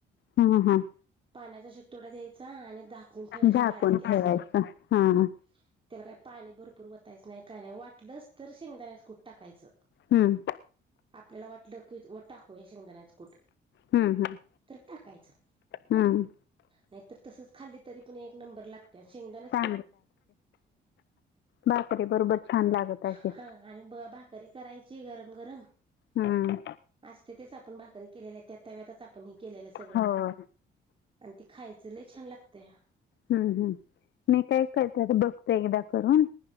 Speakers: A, on the left (about 65°); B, on the right (about 25°).
A: हम्म. हम्म.
B: पाण्याचा <inaudible> शेत तोडा द्यायचा आणि दाखवून ठेवायची
A: झाकून
B: बारीक <inaudible> गॅसवरर
A: ठेवायचं हा
B: हो.
A: हम्म
B: त्याला काही पाणी भरपूर वतायचं नाही काय नाही. वाटलंच तर शेंगदाण्यास कूट टाकायचं.
A: हम्म.
B: आपल्याला वाटलं की व टाकू हे शेंगदाण्याच कूट.
A: हम्म. हम्म.
B: टाकायचं.
A: हम्म.
B: नाहीत तसच खाल्ली तरी पण एक नंबर लागते शेंगदाच
A: <inaudible> भाकरीे बरोबर छान लागत असे
B: हा आणि ब भाकरी करायची गरम गरम
A: हम्म.
B: असते तेच आपण भाकरी केले <inaudible> आहे त्या तव्यातच आपण ह केलेलं सगळं
A: होय
B: आणि ते खायचं <inaudible> लही छान लागतय
A: हं हं मी काय <inaudible> करत <inaudible> बघतो एकदा करून,